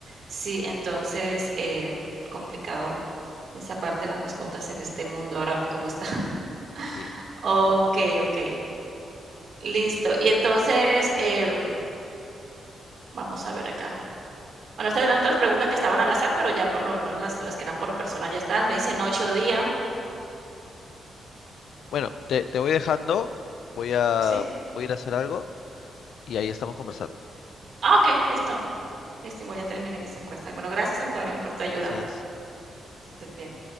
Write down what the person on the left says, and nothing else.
Sí.
Bueno, te, te voy dejando, voy a,
voy a ir a hacer algo y ahí estamos conversando.
Gracias.